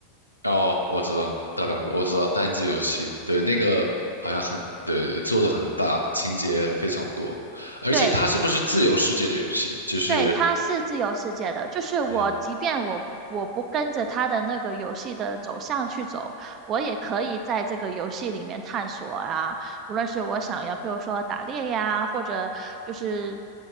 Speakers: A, on the left; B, on the right.
A: 哦，我知道大表哥，我知道单机游戏，对，那个好像很，对对对，做的很大，情节非常多，而且它是不是自由世界的游戏？
B: 对，
A: 就是，
B: 对，它是自由世界的，就是我，
A: 嗯，
B: 即便我我不跟着它的那个游戏的走向去走，我也可以在这个游戏里面探索啊。无论是我想要，比如说打猎呀，或者就是